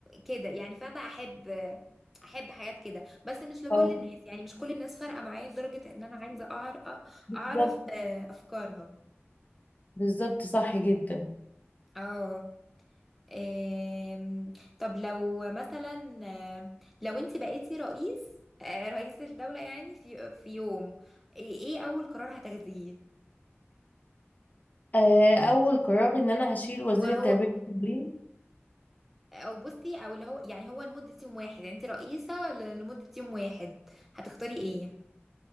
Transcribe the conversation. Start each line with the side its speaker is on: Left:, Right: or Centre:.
Centre: كده يعني فأنا أحب أحب حاجات كده بس مش لكل
Left: اه
Centre: الناس يعني مش كل الناس فارقة معايا لدرجة إن أنا عايزة أعر-
Left: بالظبط
Centre: أعرف آه، أفكارها
Left: بالظبط صح جدا
Centre: اه آم، طب لو مثلا آه، لو انت بقيتي رئيس آه، رئيس الدولة يعني في في يوم ايه إيه اول قرار هتاخديه
Left: آه، اول قرار ان انا هشيل وزير
Centre: وهو
Left: التربيه والتعليم
Centre: او بصي او اللي هو يعني هو لمدة يوم واحد يعني انت رئيسة ل- لمدة يوم واحد هتختاري ايه